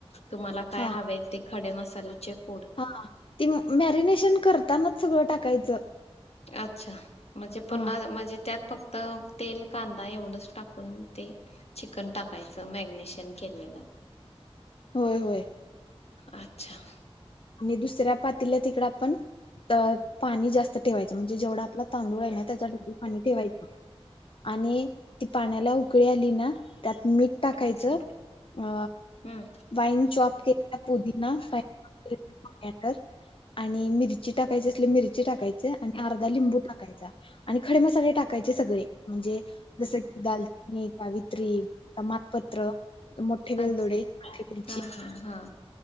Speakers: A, on the left (about 80°); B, on the left (about 55°).
A: तुम्हाला काय
B: हा
A: हवेत. ते खडे मसाल्याचे पूड.
B: हा. ती मॅरिनेशन करतानाच सगळं टाकायचं.
A: अच्छा म्हणजे पुन्हा
B: हा
A: म्हणजे त्यात फक्त तेल कांदा एवढंच टाकून ते चिकन टाकायचं? मॅगनेशन केलेलं?
B: होय होय.
A: अच्छा!
B: आणि दुसऱ्या पातेल्यात ईकड आपण त पाणी जास्त ठेवायचं. म्हणजे जेवढा आपला तांदूळे ना त्याच्या ठीक पाणी ठेवायचं. आणि ती पाण्याला उकळी आली ना, त्यात मीठ टाकायचं.
A: अच्छा
B: अ
A: हम्म
B: वाईन चॉप केल्या पुदीना फा मोन्यागर आणि मिरची टाकायची असली. मिरची टाकायची. आणि अर्धा लिंबू टाकायचा. आणि खडे मसाले टाकायचे सगळे. म्हणजे जस की दालचिनी, सावित्री, तमानपत्र. मोठे वेलदोडे,
A: अच्छा
B: छठे, वेलची
A: हा हा हा.